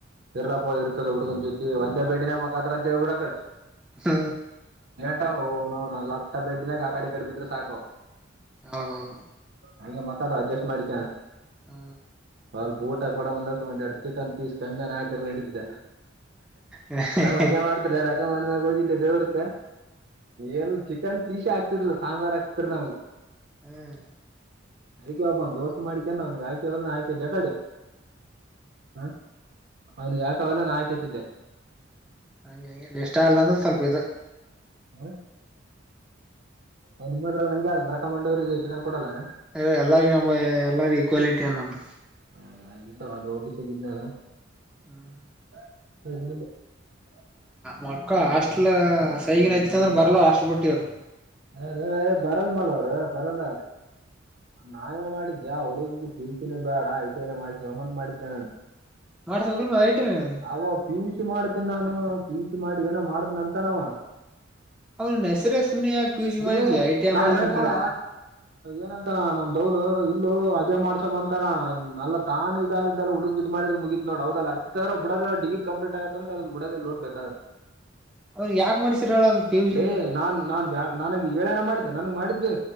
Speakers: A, on the right; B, in the centre.
A: ಇರ್ಲಾಪ್ಪ ಇರ್ತದ ಹುಡ್ಗನ್ ಜೊತಿ ಒಂದೇ ಬೇಡಿನೇ ಮ ದೇಗುಡ ಕಡೆ
B: ಹ್ಮ್
A: ಹ್ ನ ನ ಲಕ್ಕ ಬೇಡ್ನಾಗ ಆಕಾಡಿ ಕಡಬಿದ್ರೆ ಸಾಕ್
B: ಹೌದೌದು
A: ಹಂ ಮತ್ತಾಡ ಅಡ್ಜಸ್ಟ್ ಮಾಡಿಕೊ
B: ಹ್ಮ
A: ಬಾಳ ಪೂಊಟ ಕೂಂದಸ್ ಒಂದು ಚಿಕನ್ ಪಿಸ ಕಮ್ಮಿ ಹಾಕ ನಡಿದ್ದ
B: ಹ್ಮ್
A: ನಾವ್ ಹಂಗ ಮಾಡ್ತ್ರ ರಕಮೆಂಡಮ್ಯಾಗ ಹೋಗಿದ್ದೆ ದೇವ್ರಕ್ಕ ಏನ್ ಚಿಕನ್ ಪೀಸೆ ಹಾಕುತ್ತಿರಲಿಲ್ಲ ಸಾಂಬಾರ್ ಹಾಕ್ತಾರ ನಮಗ್
B: ಹ್ಮ್
A: ಅದಕ್ಕೆ ಒಬ್ಬ ಒಂದ ದೋಸ್ತ್ ಮಾಡಿಕಂದ ಅವನಿಗೆ ಆಕೆಲ್ಲಾಕಿ ದ್ದೆ ಕಡೆ ಹ ಅವನಿಗೆ ಹಾಕವೇಲ್ಲ ನಾ ಹಾಕತಿದ್ದೆ
B: ಹಂಗೆಗೆ ಇಷ್ಟ ಅಲ್ಲ ಅಂದ್ರೆ ಸ್ವಲ್ಪ ಇದ
A: <unintelligible> ಹ ನಿಮ್ಮದ್ರಾಗ ನಂಗೆ ಯ ಅ್ರ ರಾಂಡ ಅವ್ರರಿಗೆ ಚಿಕನ್ ಕೊಡಲ್ಲಾನ
B: ಲ್ಲ ಎಲ್ಲಾರಗ ನ ಎಲ್ಲಾರಗ ಈಕ್ವಾಲಿಟಿಯ ಅಂದಮ್ಮ
A: ಹ ಅಲ್ಲಿ ಬಿಸ್ಗಿದ್ದನಲ
B: ಹ್ಮ್
A: <unintelligible>
B: ಮಕ್ಕಳ ಹಾಸ್ಟೆಲ್ನಲ್ಲಿ ಸೈಗಿನ ಹಚ್ಚಂದ್ರ ಬರ್ಲ್ಲ ಹಾಸ್ಟೆಲ್ನ ಬಿಟ್ಟವರು
A: ಹಾರ ಏ ಬರಲ್ ಮ ಅವ್ರ ಬರಲ್ಲ ನಾವೇನ್ ಮಾಡಿದ್ದ ವ ಹುಡುಗ ಪೀಸಿನೇ ಬೇಡ ಐಟನ ಮಾಡಮ್ಮಂತತ್ ಮಾಡಿದ್ದ ನಾನು
B: ವಾಸಪ್ ಗ ಮಾಡ ಐಟ ಅವಲ್ಲಿ
A: ಅವ ಪಿ ಜಿ ಮಾಡ್ತೀನಿ ನಾನು ಪಿಜಿ ಮಾಡಿ ಏನೋ ಮಾಡತ್ತನ್ ಅಂತನಾವ
B: ಅವ್ನ ಹೆಸರೇ ಸುಮ್ನೆ ಯಾಕೆ ಪಿ ಯು ಸಿ ಮಾಡಿದ್ಲಿ
A: ಎ
B: ಐ ಟಿ ಐ
A: ನಾ
B: ಮಾಡ್ಸ್ಬೇಕಿಲ್ಲ
A: ಹೇಳಿದ್ನಲ್ಲ ಏನಂತಾನ ನಮ್ದವಲು ಇಲ್ಲೂ ಅದೇ ಮಾಡ್ಸಮ್ಮ ಅಂತನ ನಲ್ಲ ತಾನ ಇದಾದ್ದಲ್ಲ ಹುಡುಗ ಇದ್ ಮಾಡ್ರೆ ಮುಗಿತತ್ ನೋಡ್ ಹೌದಲ್ಲತ್ತ ಬುಡೋ ಡಿರಿ ಕಂಪ್ಲಟ್ ಆಗತ್ತನ ಅದನ್ನ ಬುಡದಿಲ್ ನೋಡ್ಬೇಕಾದ್ರೆ
B: ಅವ್ನಿಗೆ ಯಾಕೆ ಮಾಡಿಸಿರಲ್ಲ ಅದು ಪಿ ಯು ಸಿ
A: ಲೇ ನಾನ್ ನಾನ್ ಬ ನನಗೆ ಏನ ಹೇಳರೇ ಮಾಡಿದ್ದೆನ್ ನನಗ್ ಮಾಡಿದ್ದು